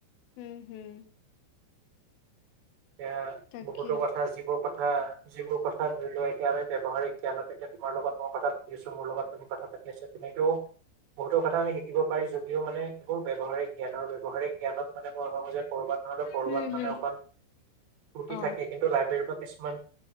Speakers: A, on the left; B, on the right.
A: হম হম।
B: এতিয়া
A: তাকে
B: বহুতো কথা যিবোৰ কথা যিবোৰ কথা ধৰি লোৱা এতিয়া আমি- ব্যৱহাৰিক জ্ঞানত তেতিয়া তোমাৰ লগত মই কথা পাতিছো মোৰ লগত তুমি কথা পাতি আছা তেনেকেও- কথা আমি শিকিব পাৰি যদিও মানে কোৰ ব্যৱহাৰ জ্ঞৰ ব্যৱহাৰে জ্ঞানত মানে ক সময়- কৰ'বাত নহলে কৰ'বাত
A: হুম
B: মানে
A: হুম
B: অকমান, ফূৰ্তি
A: অ
B: থাকে কিন্তু লাইব্ৰেৰীৰ পৰা কিছুমান-